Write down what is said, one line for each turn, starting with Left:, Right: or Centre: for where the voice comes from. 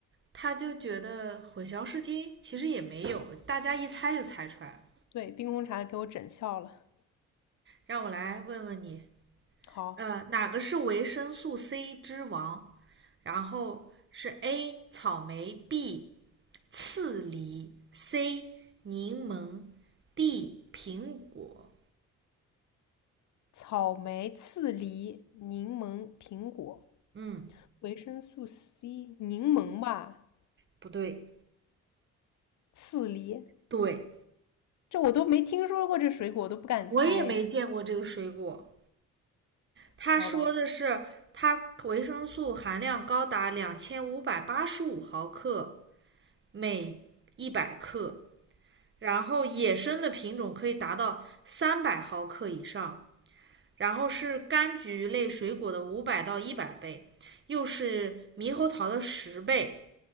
Right: 他就觉得混淆视听，其实也没有，大家一猜就猜出来了。
Left: 对，冰红茶给我整笑了。
Right: 让我来问问你，
Left: 好，
Right: 呃，哪个是维生素 C 之王？然后是 A 草莓，B 刺梨，C 柠檬，D 苹果。
Left: 草莓、刺梨、柠檬、苹果、
Right: 嗯，
Left: 维生素 C，柠檬吧，
Right: 不对，
Left: 刺梨，
Right: 对，
Left: 这我都没听说过这水果，我都不敢猜，
Right: 我也没见过这个水果。他说的是它维生素含量高达两千五百八十五毫克
Left: 好吧，
Right: 每一百克，然后野生的品种可以达到三百毫克以上。然后是柑橘类水果的五百到一百倍，又是猕猴桃的十倍。